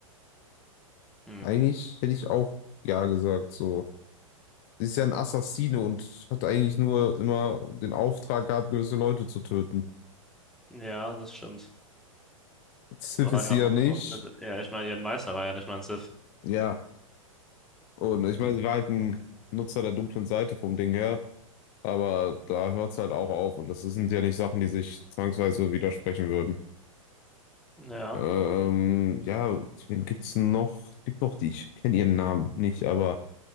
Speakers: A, in the centre; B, on the left.
A: hm,
B: Eigentlich hätte ich auch ja gesagt. So. Sie ist ja ein Assassine und hat eigentlich nur immer den Auftrag gehabt, gewisse Leute zu töten.
A: ja, das stimmt.
B: Sith
A: Die War
B: ist
A: ja
B: sie
A: auch,
B: ja nicht.
A: ähm, ja, ich meine, ihr Meister war ja nicht mal ein Sith.
B: Ja. Und ich meine, sie war halt ein Nutzer der dunklen Seite vom Ding her, aber da hört es halt auch auf. Und das sind ja nicht Sachen, die sich zwangsweise widersprechen würden.
A: Ja,
B: Ähm, ja, wen gibt's denn noch? Es gibt noch die, ich kenne ihren Namen nicht, aber